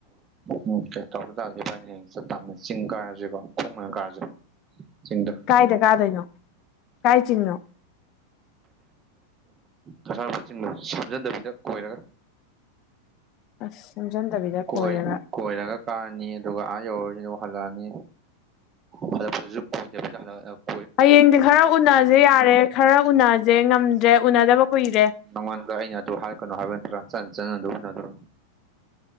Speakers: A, on the right; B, on the left.
A: ꯃꯣꯀꯦ ꯇꯧꯗ꯭ꯔ ꯇꯥꯔꯗꯤ ꯏꯕꯥꯏꯅꯤ ꯍꯌꯦꯡ ꯆꯠ ꯇꯥꯕꯅꯤ ꯆꯤꯡ ꯀꯥꯔꯖꯤꯀꯣ ꯈꯣꯡꯅ ꯑꯣꯏꯅ ꯀꯥꯔꯖꯦ ꯆꯤꯡꯗ
B: ꯀꯥꯏꯗ ꯀꯥꯗꯣꯏꯅꯣ ꯀꯥꯏ ꯆꯤꯡꯅꯣ
A: ꯀꯁꯥꯔꯃꯥꯠ ꯆꯤꯡꯗꯣ ꯁꯦꯝꯖꯟꯗꯕꯤꯗ ꯀꯣꯏꯔꯒ
B: ꯑꯁ ꯁꯦꯝꯖꯟꯗꯕꯤꯗ
A: ꯀꯣꯏ
B: ꯀꯣꯏꯔꯒ
A: ꯀꯣꯏꯔꯒ ꯀꯥꯔꯅꯤ ꯑꯗꯨꯒ ꯑꯥ ꯌꯧꯔꯅꯤ ꯑꯗꯨꯒ ꯍꯜꯂꯛꯑꯅꯤ ꯍꯂꯛꯄꯗꯨꯖꯨ ꯀꯣꯏꯗꯕꯤꯗ ꯍꯜꯂꯛ ꯍꯜꯂꯛ
B: ꯍꯌꯦꯡꯗꯤ ꯈꯔ ꯎꯅꯁꯦ ꯌꯥꯔꯦ ꯈꯔ ꯎꯅꯖꯦ ꯉꯝꯗ꯭ꯔꯦ ꯎꯅꯗꯕ ꯀꯨꯏꯔꯦ
A: ꯅꯪꯉꯣꯟꯗ ꯑꯩꯅ ꯑꯗꯨ ꯍꯥꯏꯔꯛꯀꯅꯣ ꯍꯥꯏꯕ ꯅꯠꯇ꯭ꯔꯥ ꯆꯟ ꯆꯟꯅ ꯑꯗꯨꯝ ꯎꯅꯗꯧꯔꯕꯅꯤ